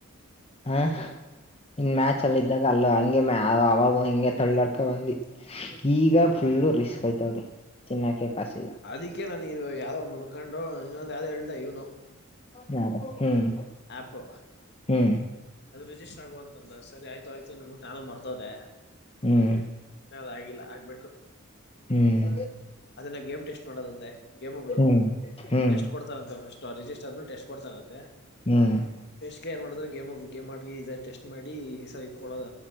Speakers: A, on the left (about 30°); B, on the left (about 55°).
A: ಹಾ <unintelligible> ಇನ್ ಮ್ಯಾಚ್ ಅಲ್ಲಿ ಇದ್ದಾಗ ಅಲ್ಲು ಹಂಗೆ ಮ ಅವಾಗ ಹಿಂಗೆ ತಳ್ಳಾಡ್ಕ ಬಂದಿ ಈಗ ಫುಲ್ಲು ರಿಸ್ಕ್ ಯ್ತಾವದಿ ತಿನ್ನಾಕೆ ಕಾಸಿಲ್ಲ.
B: ಅದಕ್ಕೆ ನಾನು ಇದು ಯಾವ್ದದೋ ಒಂದು ಹುಡ್ಕೊಂಡು ಇನ್ನೊಂದು ಯಾವ್ದು ಹೇಳ್ದ ಇವ್ನು.
A: ಯಾರು ಹ್ಮ್.
B: ಆಪ್ಪು
A: ಹ್ಮ್
B: ಅದು ರಿಜಿಸ್ಟರ್ ಆಗುವಂತ ಅಂದ ಸರಿಯ್ತು ಆಯ್ತು ಅಂದು ಬಿಟ್ಟು ನಾನು ಮಾರ್ತೊದೆ
A: ಹ್ಮ್.
B: ಇನ್ನದ ಆಗಿಲ್ಲ ಆಗ್ಬೆಕು.
A: ಹ್ಮ್
B: <unintelligible> ಅದೆನ್ನೊ ಗೇಮ್ ಟೆಸ್ಟ್ ಮಾಡದಂತೆ. ಗೇಮುಗಳು
A: ಹ್ಮ್ ಹ್ಮ್
B: ಟೆಸ್ಟ್ ಕೊಡ್ತಾರಂತೆ ಫಸ್ಟ್ ಆ ರಿಜಿಸ್ಟರ್ ಟೆಸ್ಟ್ ಕೊಡ್ತಾರಂತೆ
A: ಹ್ಮ್
B: ಟೆಸ್ಟ್ ಏ ಮಾಡ್ರ ಗೇಮ್ ಗೇಮ್ ಮಾಡಿ ಇದ ಟೆಸ್ಟ್ ಮಾಡಿ ಈ ಸರ್ ಇದ್ಕೊಳ್ಳೋದ